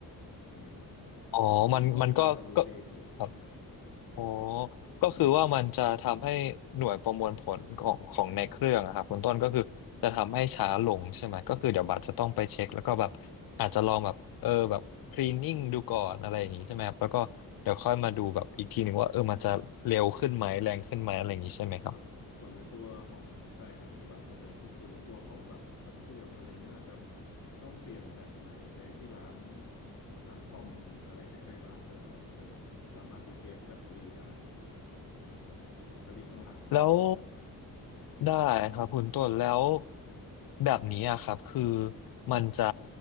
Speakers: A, on the left; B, on the left.
A: อย่างเงี้ยครับ
B: อ๋อมันมันก็ก็
A: ตัว Windows มันจะรู้เองเลยใช่
B: ครับ อ๋อก็คือว่ามันจะทำให้หน่วยประมวลผลของของในเครื่องอะครับคุณต้นก็คือจะทำให้ช้าลงใช่ไหมก็คือเดี๋ยวบัตรจะต้องไปเช็คแล้วก็แบบอาจจะลองแบบเออแบบคลีนนิ่งดูก่อนอะไรอย่างงี้ใช่ไหมครับแล้วก็เดี๋ยวค่อยมาดูแบบอีกทีหนึ่งว่าเออมันจะเร็วขึ้นไหมแรงขึ้นไหมอะไรอย่างงี้ใช่ไหมครับ
A: ครับส่วนในตัวของใช่ครับคุณบาสเข้าใจถูกส่วนในตัวของบัตรบัตรเสื่อมอะไรเงี้ยอาจจะต้องเปลี่ยนแบตใหม่ไปที่ร้านร้านคอมอะไรใกล้ๆบ้านก็ได้ครับมันจะสามารถ replace แบตเตอรี่ได้แบตเตอรี่ข้างล่างคอมครับ
B: แล้วได้ครับคุณต้นแล้วแบบนี้อะครับคือมันจะ